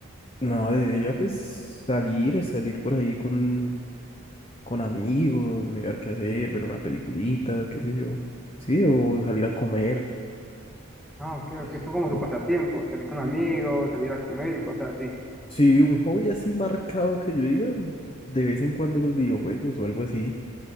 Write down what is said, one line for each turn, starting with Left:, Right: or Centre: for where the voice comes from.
Left: No, de día pues salir, salir por ahí con, con amigos, mirar qué hacer, ver una peliculita, qué sé yo. Sí, o salir a comer.
Centre: Ah, ok,
Left: eso.
Centre: ok, son como su pasatiempo, salir con amigos, salir a comer y cosas así.
Left: Sí, un hobby así marcado que yo diga, de vez en cuando los videojuegos o algo así.